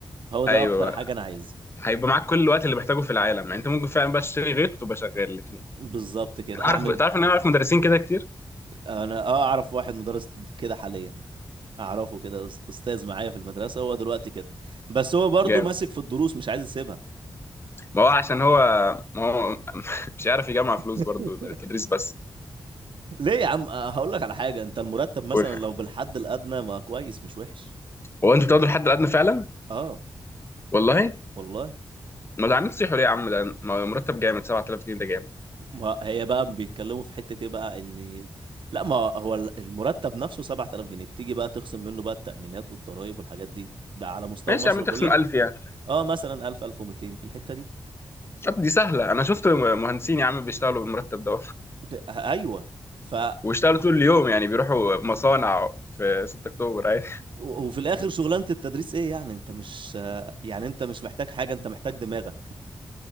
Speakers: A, on the right (about 65°); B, on the left (about 30°).
A: هو ده
B: ايوه
A: اكتر حاجة انا عايز
B: هيبقى معاك كل الوقت اللي محتاجه في العالم يعني انت ممكن فعلا بقى تشتري غيط وتبقى شغال الاثنين
A: بالظبط كده
B: عارف
A: اعمل
B: تعرف ان انا عارف مدرسين كده كتير
A: انا اه اعرف واحد مدرس كده حاليا اعرفه كده أس- استاذ معايا في المدرسة هو دلوقتي كده بس هو برضو
B: جامد
A: ماسك في الدروس مش عايز يسيبها
B: ما هو عشان هو ما هو <laughs> مش عارف يجمع
A: <laughs>
B: فلوس برضو من التدريس بس
A: ليه يا عم آه، هقول لك على حاجة انت المرتب مثلا
B: قول حاجه
A: لو بالحد الادنى ما كويس مش وحش
B: هو انتوا بتاخدوا الحد الادنى فعلا
A: اه
B: والله
A: والله
B: ما ده عاملين تصيحوا ليه يا عم ده ما هو مرتب جامد 7000 جنيه ده جامد
A: ما هي بقى بيتكلموا في حتة ايه بقى ان لا ما هو ال- المرتب نفسه 7000 جنيه بتيجي بقى تخصم منه بقى التأمينات والضرائب والحاجات دي ده على مستوى
B: ماشي
A: مصر
B: يا عم تخصم
A: كلها
B: 1000 يعني
A: اه مثلا 1000 1200 في الحتة دي
B: طب دي سهله انا شفت مهندسين يا عم بيشتغلوا بالمرتب ده
A: ب- ايوه ف
B: واشتغلوا طول اليوم يعني بيروحوا مصانع في 6 اكتوبر عادي
A: و- وفي الاخر شغلانة التدريس ايه يعني انت مش يعني انت مش محتاج حاجة انت محتاج دماغك